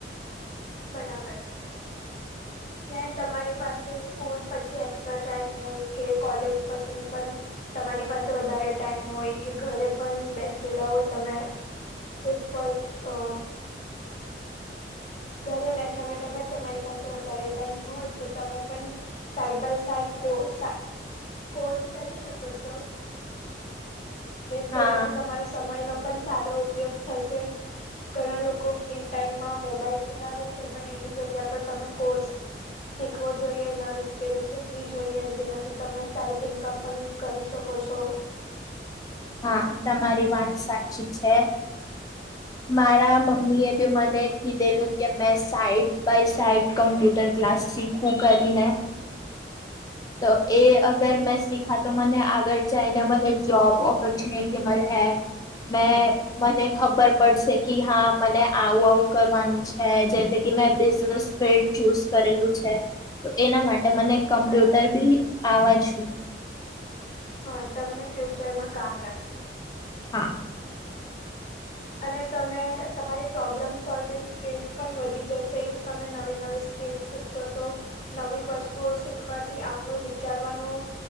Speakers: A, on the left; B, on the left.
A: બરાબર છે ને તમારી પાસે સ્કૂલ પછી એક્સ્ટ્રા ટાઈમ હોય કે કોલેજ પછી પણ તમારી પાસે વધારે ટાઈમ હોય કે ઘરે પણ બેસેલા હોય તમે ઇફ બટ અ ઘરે બેઠા બેઠા પણ તમારી પાસે વધારે ટાઈમ હોય તો તમે પણ side by side course course કરી શકો છો તેનાથી
B: હા
A: તમારો સમયનો પણ સારો ઉપયોગ થશે ઘણા લોકો ફ્રી ટાઈમમાં મોબાઈલ ચલાવે છે પણ એની જગ્યા પર તમે કોર્સ શીખવો જોઈએ નવી સ્કિલ શીખવી જોઈએ જેનાથી તમે સાઈડ ઇન્કમ પણ કરી શકો છો
B: હા તમારી વાત સાચી છે
A: <inaudible>
B: મારા મમ્મી એ બી મને કીધેલું કે મેં side by side computer class શી ખુ કરીને
A: <inaudible>
B: તો એ અગર મેં શીખા તો મને આગળ જઈને મને જોબ ઓ તોક્ષનેતિ અમલ હૈ મેં મને ખબર પડશે કે હા મને આવું આવું કરવાનું છે જે મેં બિઝનેસ ફિલ્ડ ચૂઝ કરેલું છે તો એના માટે મને કમ્પ્યુટર
A: બરાબર
B: બી આવા છું
A: હા તમને ફ્યુચર માં કામ લાગશે
B: હા
A: અને તમે તમારી પ્રોબ્લમ સોલ્વિંગ સ્કીલ્સ પણ વધી જશે ઇફ તમે નવી નવી સ્કીલ્સ શીખશો તો નવી વસ્તુઓ શીખવાથી આપનું વિચારવાનું